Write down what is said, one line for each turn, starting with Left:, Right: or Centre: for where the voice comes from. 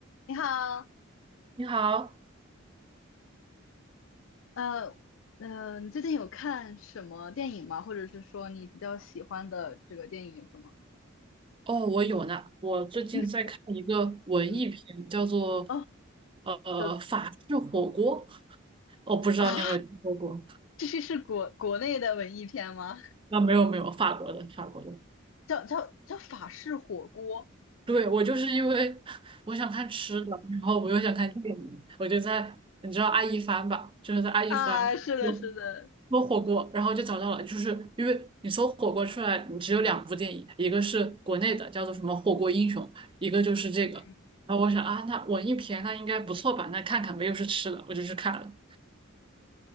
Left: 你好，
Right: 你好，
Left: 呃，呃，你最近有看什么电影吗？或者是说你比较喜欢的这个电影有什么？
Right: 哦，我有呢。我最近在看一个文艺片，
Left: <laughs> 嗯，
Right: 叫做
Left: 哦，
Right: 呃法式火锅。
Left: 的
Right: 我不知道你有没有听说过？
Left: 啊，这是是国国内的文艺片吗？
Right: 啊，没有没有，法国的法国的。
Left: 叫叫叫法式火锅，
Right: 对，我就是因为我想看吃的，然后我又想看电影，我就在你知道爱一帆吧，就是在爱一帆搜
Left: 啊，是的，是的，
Right: 搜火锅，然后就找到了，就是因为你搜火锅出来，你只有两部电影，一个是国内的叫做什么《火锅英雄》，一个就是这个。
Left: 嗯
Right: 然后我想啊，那文艺片那应该不错吧？那看看没有是吃的，我就去看了。